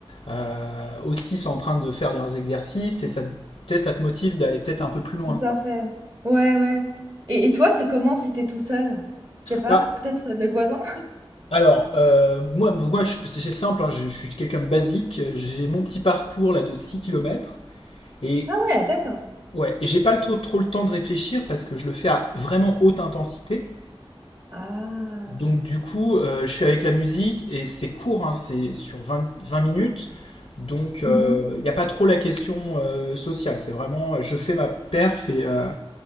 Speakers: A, on the left; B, on the right.
A: euh, aussi sont en train de faire leurs exercices et ça, te- peut-être ça te motive d'aller peut-être un peu plus loin,
B: Tout
A: quoi.
B: à fait. Ouais, ouais. Et, et toi, c'est comment si t'es tout seul? Je sais pas,
A: Ah,
B: peut-être les voisins?
A: alors, euh, moi, moi je- c'est c'est simple, hein, je, je suis quelqu'un de basique, j'ai mon petit parcours là de 6 kilomètres. Et
B: Ah ouais, d'accord.
A: ouais, j'ai pas le trop, trop le temps de réfléchir parce que je le fais à vraiment haute intensité.
B: Ah.
A: Donc du coup, euh, je suis avec la musique et c'est court, hein, c'est sur vingt 20 minutes. Donc
B: Mhm.
A: il n'y a pas trop la question euh, sociale. C'est vraiment, euh, je fais ma perf et, euh,